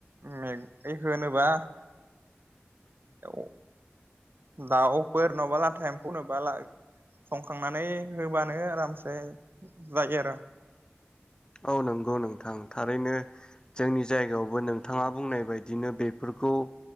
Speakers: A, on the right; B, on the left.
A: बेखौ होनोब्ला औ दा अफोर नङाबा लाथाया एम्फौनोबा संखांनानै होबानो आरामसे जायो आरो
B: औ नंगौ नोंथां थारैनो जोंनि जायगायावबो नोंथाङा बुंनाय बायदिनो बेफोरखौ